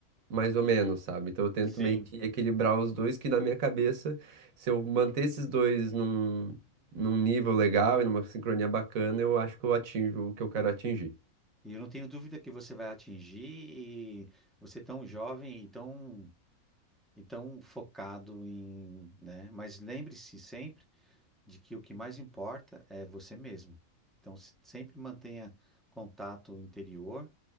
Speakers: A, on the right (about 65°); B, in the centre.
A: mais ou menos, sabe? Então eu tento
B: sim.
A: meio que equilibrar os dois, que na minha cabeça, se eu manter esses dois num, num nível legal e numa sincronia bacana, eu acho que eu atinjo o que eu quero atingir.
B: E eu não tenho dúvida que você vai atingir e você é tão jovem e tão Então, focado em, né? Mas lembre-se sempre de que o que mais importa é você mesmo. Então, se- sempre mantenha contato interior